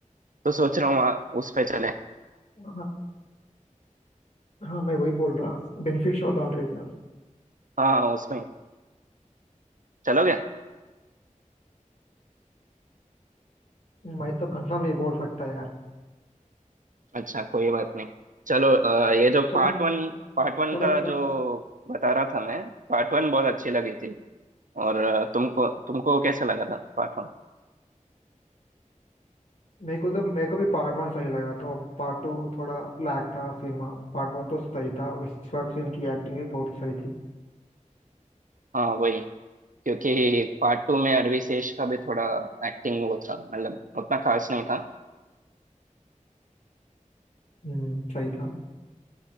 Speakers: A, on the right; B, on the left.
A: तो सोच रहा हूँ वहाँ उस पे चले
B: हाँ हाँ मैं वही बोल रहा बेनिफिट शो डाल रही क्या
A: हाँ उसमें चलोगे
B: मैं तो कंफर्म ये बोल सकता है यार
A: अच्छा कोई बात नहीं चलो अ, ये जो
B: चलो
A: पार्ट वन पार्ट वन
B: चलो
A: का
B: चलो
A: जो बता रहा था मैं पार्ट वन बहुत अच्छी लगी थी और अ, तुमको तुमको कैसा लगा था पार्ट वन
B: मेरे को तो मेरे को भी पार्ट वन सही लगा था और पार्ट टू थोड़ा लैग था सीन में पार्ट वन तो सही था विश्वास सेन की एक्टिंग भी बहुत सही थी
A: हाँ वही क्योंकि पार्ट टू में अरवी शेष का भी थोड़ा एक्टिंग वो था मतलब उतना खास नहीं था
B: हम्म सही था